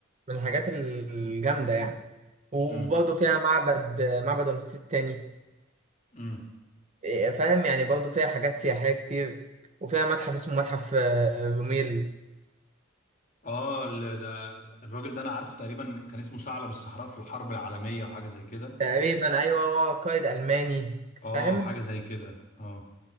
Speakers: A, on the right; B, on the left.
A: من الحاجات الجامده يعني وبرضه
B: امم
A: فيها معبد معبد رمسيس التاني
B: امم
A: إيه، فاهم يعني برضه فيها حاجات سياحيه كتير وفيها متحف اسمه متحف آه، روميل
B: اه ال- ده الراجل ده انا عارفه تقريبا كان اسمه ثعلب الصحراء في الحرب العالمية وحاجة زي كده
A: تقريبا ايوه هو قائد الماني
B: اه
A: فاهم
B: حاجة زي كده اه